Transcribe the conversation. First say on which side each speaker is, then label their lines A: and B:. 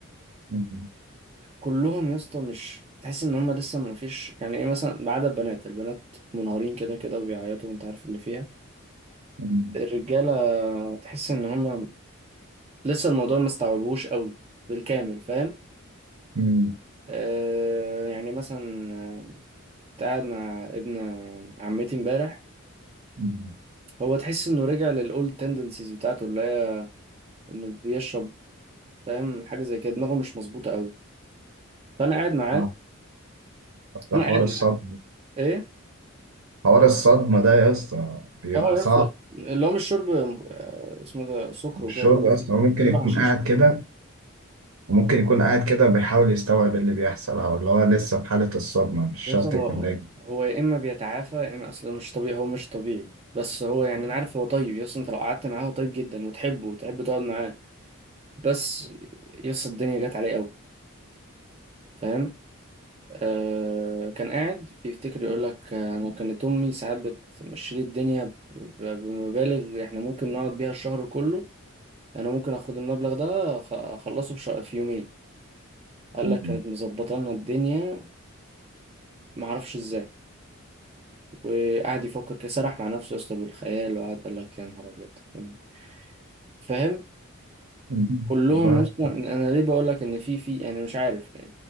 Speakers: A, on the right; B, on the right.
A: مم.
B: كلهم يا اسطى مش تحس ان هم لسه ما فيش يعني ايه مثلا ما عدا البنات البنات منهارين كده كده وبيعيطوا وانت عارف اللي فيها
A: مم.
B: الرجاله تحس ان هم لسه الموضوع ما استوعبوش قوي بالكامل فاهم
A: مم.
B: آه يعني مثلا آه، كنت قاعد مع ابن عمتي امبارح
A: مم.
B: هو تحس انه رجع للاولد تندنسيز بتاعته اللي هي انه بيشرب فاهم حاجه زي كده دماغه مش مظبوطه قوي فانا قاعد معاه
A: آه. ده
B: انا
A: حوار
B: قاعد
A: الصدمة
B: معاه ايه
A: حوار الصدمة ده يا اسطى بيبقى
B: اه
A: صعب
B: يس اللي هو مش شرب آه، اسمه ده سكر وكده
A: الشرب
B: اللي هو قصدي
A: اصلا هو ممكن
B: شرب
A: يكون
B: حشيش
A: قاعد كده وممكن يكون قاعد كده بيحاول يستوعب اللي بيحصل او اللي هو لسه في حالة الصدمة مش شرط
B: يس هو
A: يكون ناجي
B: هو يا اما بيتعافى يا اما اصلا مش طبيعي هو مش طبيعي بس هو يعني انا عارف هو طيب يس انت لو قعدت معاه هو طيب جدا وتحبه وتحب تقعد معاه بس يس الدنيا جت عليه قوي فاهم آه كان قاعد بيفتكر يقول لك آه، انا كانت امي ساعات بتمشي لي الدنيا ب- بمبالغ احنا ممكن نقعد بيها الشهر كله انا ممكن اخد المبلغ ده أخ- اخلصه في ش- في يومين قال
A: مم.
B: لك كانت مظبطه لنا الدنيا ما اعرفش ازاي وقعد يفكر كده سرح مع نفسه يا اسطى بالخيال وقعد قال لك يا نهار ابيض يعني فاهم
A: مم.
B: كلهم
A: الله
B: اصلا انا ليه بقول لك ان في في يعني مش عارف